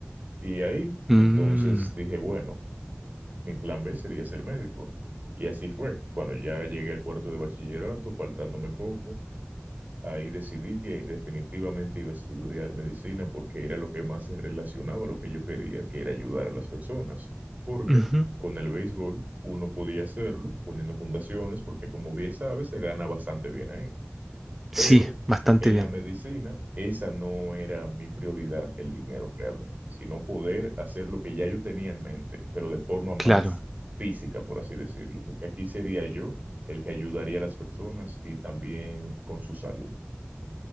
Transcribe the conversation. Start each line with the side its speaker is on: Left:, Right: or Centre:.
Right: Y ahí
Centre: Mm,
Right: entonces dije, bueno, mi plan B sería ser médico. Y así fue. Cuando ya llegué al cuarto de bachillerato, faltándome poco, Ahí decidí que definitivamente iba a estudiar medicina porque era lo que más se relacionaba a lo que yo quería, que era ayudar a las personas. Porque
Centre: ujú.
Right: con el béisbol uno podía hacerlo poniendo fundaciones, porque como bien sabes, se gana bastante bien ahí.
Centre: Sí,
Right: Pero
Centre: bastante
Right: en
Centre: bien.
Right: la medicina, esa no era mi prioridad, el dinero realmente, sino poder hacer lo que ya yo tenía en mente, pero de forma más
Centre: Claro.
Right: física, por así decirlo. Porque aquí sería yo el que ayudaría a las personas y también con su salud.